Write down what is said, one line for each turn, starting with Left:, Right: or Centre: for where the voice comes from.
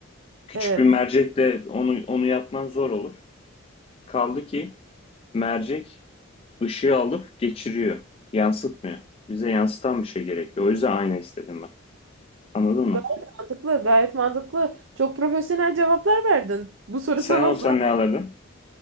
Left: Küçük
Right: Evet.
Left: bir mercekle onu onu yapman zor olur. Kaldı ki mercek ışığı alıp geçiriyor. Yansıtmıyor. Bize yansıtan bir şey gerekiyor. O yüzden ayna istedim ben. Anladın mı?
Right: Gayet mantıklı, gayet mantıklı. Çok profesyonel cevaplar verdin. Bu soru
Left: Sen
Right: sana
Left: olsan
Right: zor.
Left: ne alırdın?